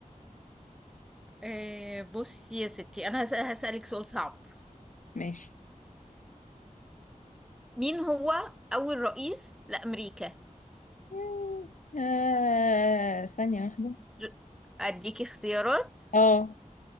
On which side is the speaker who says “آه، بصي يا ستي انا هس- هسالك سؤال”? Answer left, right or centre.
Centre